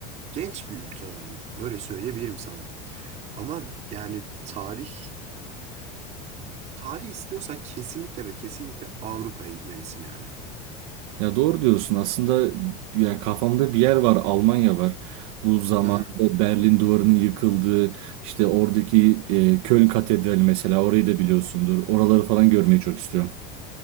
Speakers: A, on the right; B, on the right.
A: genç bir ülke yani. Öyle söyleyebilirim sana. Ama yani tarih tarih istiyorsan kesinlikle ve kesinlikle Avrupa'ya gitmelisin yani.
B: Ya doğru diyorsun. Aslında ya kafamda bir yer var, Almanya var. Bu zamanında
A: <laughs>
B: Berlin Duvarı'nın yıkıldığı, işte oradaki e, Köln Katedrali mesela orayı da biliyorsundur. Oraları falan görmeyi çok istiyorum.